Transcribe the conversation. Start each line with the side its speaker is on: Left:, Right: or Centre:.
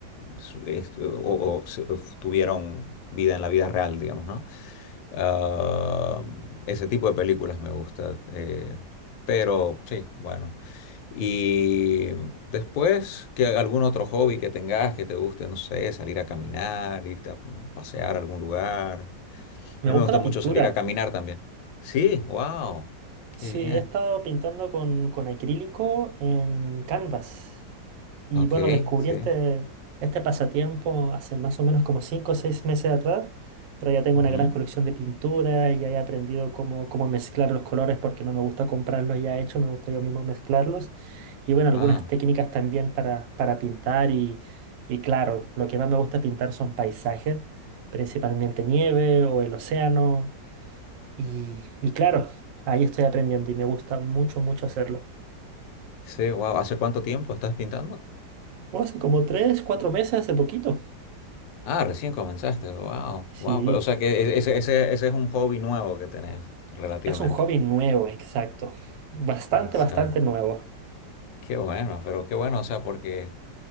Left: su- est- o- o se- tuvieron vida en la vida real, digamos, ¿no? Ah, ese tipo de películas me gusta. eh, pero sí, bueno. Y después, que algún otro hobby que tengas que te guste, no sé, salir a caminar, irte a pasear a algún lugar.
Right: Me
Left: A mí
Right: gusta
Left: me gusta
Right: la
Left: mucho
Right: pintura.
Left: salir a caminar también. Sí, wow, qué
Right: Sí,
Left: bien.
Right: he estado pintando con, con acrílico en Canvas. Y
Left: Ok,
Right: bueno, descubrí
Left: sí.
Right: este, este pasatiempo hace más o menos como 5 o 6 meses atrás, pero ya tengo
Left: ujú.
Right: una gran colección de pintura y ya he aprendido cómo, cómo mezclar los colores porque no me gusta comprarlos ya hechos, me gusta yo mismo mezclarlos. Y bueno, algunas
Left: Ah,
Right: técnicas también para, para pintar y, y claro, lo que más me gusta pintar son paisajes, principalmente nieve o el océano. Y, y claro, ahí estoy aprendiendo y me gusta mucho, mucho hacerlo.
Left: sí, wow. ¿Hace cuánto tiempo estás pintando?
Right: Bueno, hace como tres, cuatro meses, hace poquito.
Left: Ah, recién comenzaste, wow,
Right: Sí,
Left: wow. O sea que e, ese, ese, ese es un hobby nuevo que tenés, relativamente.
Right: es un hobby nuevo, exacto. Bastante,
Left: Exacto.
Right: bastante nuevo.
Left: Qué bueno, pero qué bueno, o sea, porque